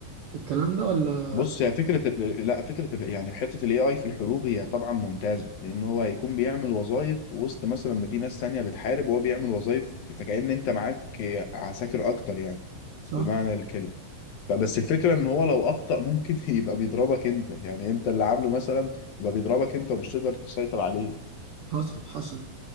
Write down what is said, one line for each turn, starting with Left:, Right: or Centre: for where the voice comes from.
Right: الكلام ده ولا
Left: بص هي فكره ال- لا فكره ال- يعني حته الاي اي في الحروب هي طبعا ممتازه لان هو هيكون بيعمل وظائف وسط مثلا ما في ناس تانية بتحارب وهو بيعمل وظائف فكأن انت معاك عساكر اكتر يعني
Right: صح
Left: بمعنى الكلمه فبس الفكرة ان هو لو اخطأ ممكن <laughs> يبقى بيضربك انت يعني انت اللي عامله مثلا يبقى بيضربك انت ومش تقدر تسيطر عليه
Right: حصل حصل